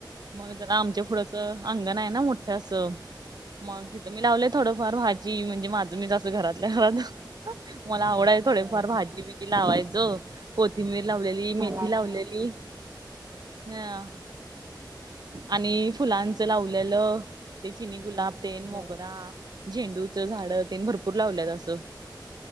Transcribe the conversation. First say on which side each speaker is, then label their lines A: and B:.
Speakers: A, on the right; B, on the right.
A: मग जरा आमच्या पुढंच अंगण आहे ना मो ट अस मग हिथं मी लावले थोडफार भा जी म्हणजे माझं मीच अस घरातल्या घरात, मला आवडाय थोडेफार
B: होय
A: भाजी बी की लावायचं कोथिंबीर लावलेली,
B: मला
A: मेथी लावलेली हा आणि फुलांचं लावलेलं ते चिनी गुलाब तेन मोगरा,
B: होय
A: झेंडूच झाड तेन भरपूर लावल्यात असं